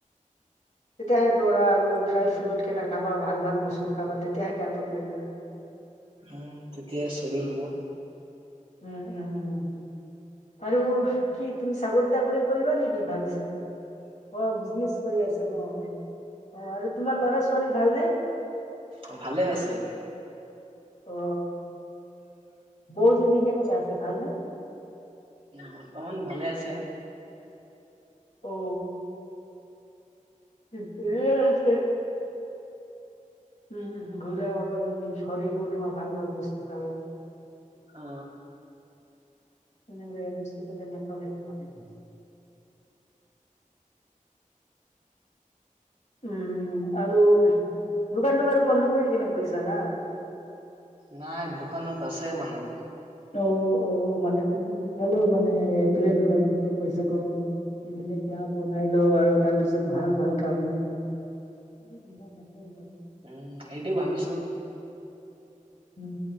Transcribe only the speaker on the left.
তেতিয়াহে দৌৰা আৰু ড্ৰাই ফ্ৰুট কেইটা খাবা ভাল ভাল বস্তু খাবা তেতিয়াহে গাতোত লাগিব।
উম উম উম। আৰু কি তুমি চাকৰি - তাকৰি কৰিবা নেকি ভাবিছা? অ বিজনেচ কৰি আছা ন, অ আৰু তোমাৰ ল'ৰা - ছোৱালী ভালনে?
অ, বৌজনী কেনেকে আছে ভাল নে?
অ। ঠিকেই আছে। উম ঘূৰা অকণ, শৰীৰ বনোৱা ভাল ভাল বস্তু খাই।
এনে বেয়া বস্তুকেইটা নাখাবি <unintelligible> উম আৰু দোকানটো বাৰু বন্ধ কৰি কেনে গৈছা না?
অ অ মানে তুমি দি খালো মানে এইফালে দোকানৰ পৰাও পইচা কামাও। এইবিলাক গা বনাই লওঁ আৰু তাৰ পিছত ভাল ভাল খাম। <unintelligible>
উম